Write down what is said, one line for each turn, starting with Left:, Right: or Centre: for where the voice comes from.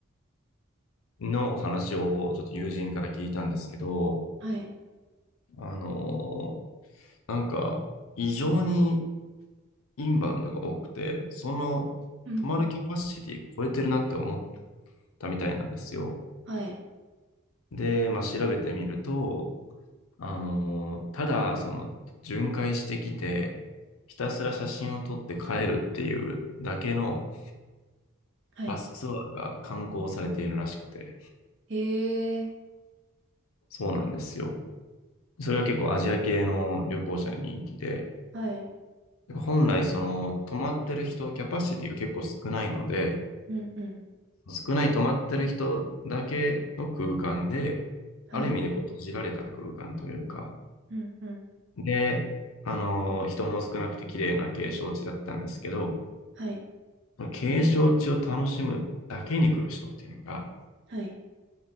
Left: の話をちょっと友人から聞いたんですけど、
Right: はい。
Left: あの、なんか、異常にインバウンドが多くて、その、
Right: うん。
Left: 泊まるキャパシティ超えてるなって思っ
Right: うん
Left: たみたいなんですよ。
Right: はい。
Left: で、まあ、調べてみると、あの、ただ、その、巡回してきて、ひたすら写真を撮って帰るっていうだけの
Right: はい。
Left: バスツアーが観光されているらしくて、
Right: へえ、
Left: そうなんですよ。それが結構アジア系の旅行者に人気で、
Right: はい。
Left: 本来その泊まってる人、キャパシティが結構少ないので、
Right: うん。うん。
Left: 少ない泊まってる人だけの空間で、
Right: はい。
Left: ある意味でこう閉じられた空間というか、
Right: うん。うん。
Left: で、あの、人も少なくて綺麗な景勝地だったんですけど、
Right: はい。
Left: 景勝地を楽しむだけに来る人っていうのが、
Right: はい。